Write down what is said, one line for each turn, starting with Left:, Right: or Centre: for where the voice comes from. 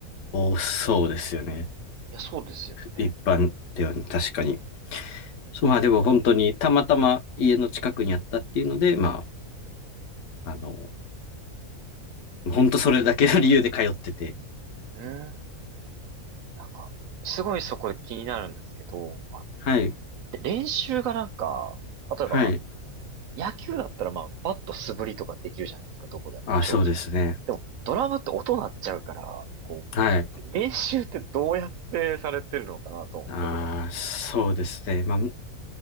Left: 多そうですよね。
Right: いや、そうですよね。
Left: 一般ではね、確かに。そうまあでも本当にたまたま家の近くにあったっていうので、まあ、あの、本当それだけの理由で通ってて。
Right: うーん。なんか、すごいそこで気になるんですけど、あの、
Left: はい。
Right: で、練習がなんか、例えば、
Left: はい。
Right: 野球だったらまあ、バット素振りとかできるじゃないですか、どこでも、
Left: あ、
Right: 正直。
Left: そうですね。
Right: でも、ドラムって音鳴っちゃうから、こう、
Left: はい。
Right: れ練習ってどうやってされてるのかなと思って、
Left: ああそうですね。
Right: 普段。
Left: まあ、